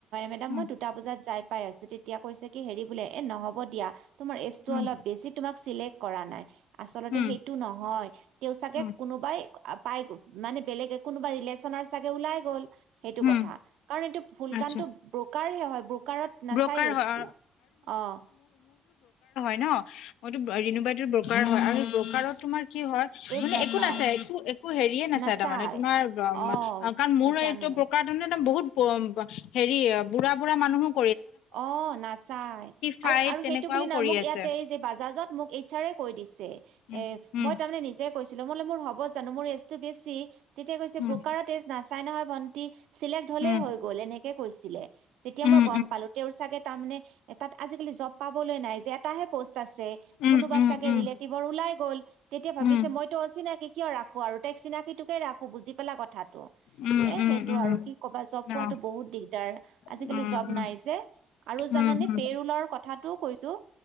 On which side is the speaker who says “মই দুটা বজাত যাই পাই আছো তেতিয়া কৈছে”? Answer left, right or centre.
Right